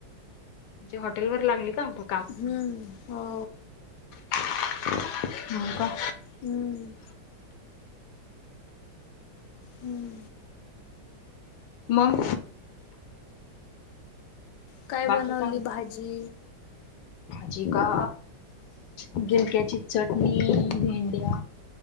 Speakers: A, on the left; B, on the left.
A: म्हणजे हॉटेलवर लागले का आबा.
B: हम्म हो.
A: हाव का.
B: हम्म. हम्म.
A: मग?
B: काय
A: बाकी
B: बनवली
A: काय?
B: भाजी
A: जिका गिलक्याची चटणी, भेंड्या,